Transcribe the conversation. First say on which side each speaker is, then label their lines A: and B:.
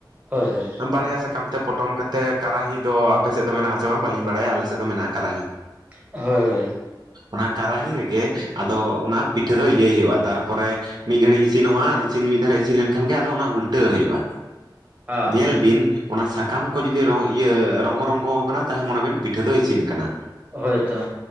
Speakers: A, on the right (about 20°); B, on the right (about 60°).
A: ᱦᱳᱭ ᱦᱳᱭ
B: ᱵᱟᱨᱭᱟ ᱥᱟᱠᱟᱢ ᱛᱮ ᱯᱚᱴᱚᱢ ᱠᱟ ᱛᱮ, ᱠᱟᱨᱟᱦᱤ ᱫᱚ ᱟᱯᱮᱥᱮᱫ ᱫᱚ ᱢᱮᱱᱟᱜ-ᱟ ᱥᱮ ᱵᱟᱝ ᱵᱟᱞᱤᱧ ᱵᱟᱲᱟᱭᱟ? ᱟᱞᱮᱥᱮᱫ ᱫᱚ ᱢᱮᱱᱟ-ᱼᱟ ᱠᱟᱨᱟᱦᱤ᱾
A: ᱦᱳᱭ ᱦᱳᱭ᱾
B: ᱚᱱᱟ ᱠᱟᱨᱟᱦᱤ ᱨᱮᱜᱮ ᱟᱫᱚ ᱚᱱᱟ ᱯᱤᱴᱷᱟᱹ ᱫᱚ ᱤᱭᱟᱹᱭ ᱦᱩᱭᱩᱜ-ᱟ ᱛᱟᱨᱯᱚᱨᱮ ᱢᱤᱫ ᱜᱷᱟᱹᱲᱤᱡ ᱤᱥᱤᱱᱚᱜ-ᱟ, ᱤᱥᱤᱱ ᱢᱤᱫ ᱫᱷᱟᱨᱮ ᱤᱥᱤᱱ ᱞᱮᱱᱠᱷᱟᱱ ᱜᱮ, ᱟᱫᱚ ᱚᱱᱟ ᱩᱞᱴᱟᱹᱣ ᱦᱩᱭᱩᱜ-ᱟ᱾
A: ᱦᱮᱸ
B: ᱧᱮᱞ ᱵᱤᱱ ᱚᱱᱟ ᱥᱟᱠᱟᱢ ᱠᱚ ᱡᱩᱫᱤ ᱨᱚᱸ ᱤᱭᱟᱹ ᱨᱚᱸᱜᱚ ᱨᱚᱸᱜᱚ ᱠᱟᱱᱟ, ᱛᱟᱞᱦᱮ ᱢᱚᱱᱮ ᱵᱤᱱ ᱯᱤᱴᱷᱟᱹ ᱫᱚ ᱤᱥᱤᱱ ᱠᱟᱱᱟ᱾
A: ᱦᱳᱭ ᱛᱚ᱾